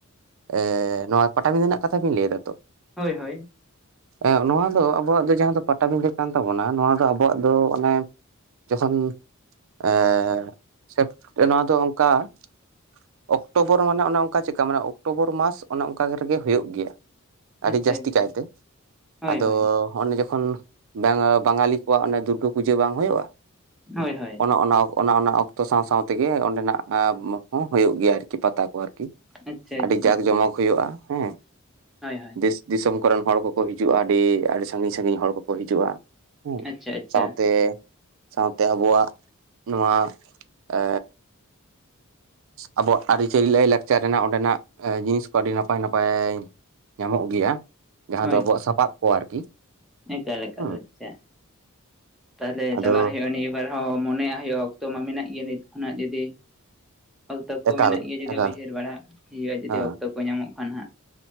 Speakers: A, on the right; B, in the centre.
A: ᱮᱻ ᱱᱚᱣᱟ ᱯᱟᱴᱟᱵᱤᱸᱫᱟᱹ ᱨᱮᱱᱟᱜ ᱠᱟᱛᱷᱟ ᱵᱤᱱ ᱞᱟᱹᱭ ᱫᱟᱛᱚ?
B: ᱦᱳᱭ ᱦᱳᱭ
A: ᱮᱸᱜ ᱱᱚᱣᱟ ᱫᱚ ᱟᱵᱚᱣᱟᱜ ᱫᱚ ᱡᱟᱦᱟᱸ ᱫᱚ ᱯᱟᱴᱟᱵᱤᱸᱫᱟᱹ ᱠᱟᱱ ᱛᱟᱵᱚᱱᱟ ᱱᱚᱣᱟ ᱫᱚ ᱟᱵᱚᱣᱟᱜ ᱫᱚ ᱚᱱᱮ ᱡᱚᱠᱷᱚᱱ ᱮᱸᱻ ᱥᱮᱯ ᱱᱚᱣᱟ ᱫᱚ ᱚᱱᱠᱟ ᱚᱠᱴᱳᱵᱚᱨ ᱢᱟᱱᱮ ᱚᱱᱮ ᱚᱱᱠᱟ ᱪᱤᱠᱟ ᱢᱟᱱᱮ ᱚᱠᱴᱳᱵᱚᱨ ᱢᱟᱥ ᱚᱱᱮ ᱚᱱᱠᱟ ᱨᱮᱜᱮ ᱦᱩᱭᱩᱜ ᱜᱮᱭᱟ ᱟᱹᱰᱤ
B: ᱟᱪᱪᱷᱟ
A: ᱡᱟᱹᱥᱛᱤ
B: ᱟᱪᱪᱷᱟ
A: ᱠᱟᱭᱛᱮ,
B: ᱦᱳᱭ
A: ᱟᱫᱚ
B: ᱦᱳᱭ
A: ᱦᱚᱸᱜ-ᱱᱮ ᱡᱚᱠᱷᱚᱱ ᱵᱟᱝ ᱵᱟᱝᱜᱟᱞᱤ ᱠᱚᱣᱟᱜ ᱚᱱᱮ ᱫᱩᱨᱜᱟᱹ ᱯᱩᱡᱟᱹ ᱵᱟᱝ ᱦᱩᱭᱩᱜᱼᱟ
B: ᱦᱳᱭ ᱦᱳᱭ
A: ᱚᱱᱮ ᱚᱱᱟ ᱚᱱᱟ ᱚᱱᱟ ᱚᱠᱛᱚ ᱥᱟᱶ ᱥᱟᱶ ᱛᱮᱜᱮ ᱚᱸᱰᱮᱱᱟᱜ ᱦᱚᱸ ᱦᱩᱭᱩᱜ ᱜᱮᱭᱟ ᱟᱨᱠᱤ ᱯᱟᱛᱟ ᱠᱚ ᱟᱨᱠᱤ
B: ᱟᱪᱪᱷᱟ
A: ᱟᱰᱤ
B: ᱟᱪᱪᱷᱟ
A: ᱡᱟᱸᱠ ᱡᱚᱢᱚᱠ ᱦᱳᱭᱩᱜᱼᱟ ᱦᱮᱸ
B: ᱦᱳᱭ ᱦᱳᱭ
A: ᱫᱮᱥ ᱫᱤᱥᱚᱢ ᱠᱚᱨᱮᱱ ᱦᱚᱲ ᱠᱚᱠᱚ ᱦᱤᱡᱩᱜᱼᱟ ᱟᱹᱰᱤ ᱟᱹᱰᱤ ᱥᱟᱺᱜᱤᱧ ᱥᱟᱺᱜᱤᱧ ᱦᱚᱲ ᱠᱚᱠᱚ ᱦᱤᱡᱩᱜᱼᱟ ᱦᱩ
B: ᱟᱪᱪᱷᱟ ᱟᱪᱪᱷᱟ
A: ᱥᱟᱶᱛᱮ ᱥᱟᱶᱛᱮ ᱟᱵᱚᱣᱟᱜ ᱱᱚᱣᱟ ᱮ ᱟᱵᱚᱣᱟᱜ ᱟᱹᱨᱤ ᱪᱟᱹᱞᱤ ᱞᱟᱭᱞᱟᱠᱪᱟᱨ ᱨᱮᱱᱟᱜ ᱚᱸᱰᱮᱱᱟᱜ ᱡᱤᱱᱤᱥ ᱠᱚ ᱟᱹᱰᱤ ᱱᱟᱯᱟᱭ ᱱᱟᱯᱟᱭ ᱧᱟᱢᱚᱜ ᱜᱮᱭᱟ᱾ ᱡᱟᱦᱟᱸ
B: ᱦᱳᱭ
A: ᱫᱚ ᱟᱵᱚᱣᱟᱜ ᱥᱟᱯᱟᱵ ᱠᱚ ᱟᱨᱠᱤ
B: ᱮᱠᱟ ᱞᱮᱠᱟ
A: ᱦᱮᱸ
B: ᱫᱚ ᱪᱮᱫ? ᱛᱟᱦᱞᱮ
A: ᱟᱫᱚ
B: ᱪᱟᱞᱟᱜ ᱦᱩᱭᱩᱜᱼᱟ ᱱᱤᱭᱟᱹᱵᱟᱨ ᱦᱚᱸ ᱢᱚᱱᱮᱭᱟᱜ ᱦᱩᱭᱩᱜᱼᱟ ᱚᱠᱛᱚ ᱢᱟ ᱢᱮᱱᱟᱜ ᱜᱮᱭᱟ ᱱᱤᱛ ᱠᱷᱚᱱᱟᱜ ᱡᱩᱫᱤ ᱚᱠᱛᱚ ᱠᱚ
A: ᱮᱠᱟᱞ
B: ᱢᱮᱱᱟᱜ ᱜᱮᱭᱟ ᱡᱩᱫᱤ
A: ᱮᱠᱟᱞ
B: ᱩᱭᱦᱟᱹᱨ ᱵᱟᱲᱟ ᱦᱩᱭᱩᱜᱼᱟ ᱡᱩᱫᱤ
A: ᱦᱮᱸ
B: ᱚᱠᱛᱚ ᱠᱚ ᱧᱟᱢᱚᱜ ᱠᱷᱟᱱ ᱦᱟᱸᱜ᱾